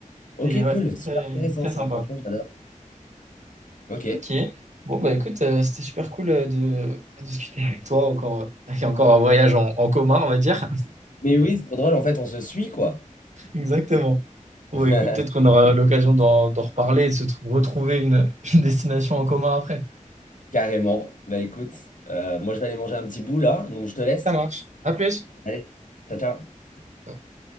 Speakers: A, on the left; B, on the right.
A: OK,
B: c'était ouais,
A: cool. Super
B: très,
A: intéressant,
B: très
A: ça.
B: sympa.
A: Franchement, j'adore. OK.
B: Ok. Bon, bah écoute, euh, c'était super cool euh, de, de discuter avec toi. Encore, euh, <laughs> il y a encore un voyage en, en commun, on va dire.
A: Mais oui, c'est trop drôle. En fait, on se suit, quoi.
B: <laughs> Exactement. Bon,
A: <laughs>
B: bah, écoute, peut-être qu'on aura l'occasion d'en d'en reparler et de se tr- retrouver une, <laughs> une destination en commun après.
A: Carrément. Bah, écoute, euh, moi, je vais aller manger un petit bout, là. Donc, je te laisse.
B: Ça marche. À plus.
A: Allez, ciao, ciao.
B: Ciao.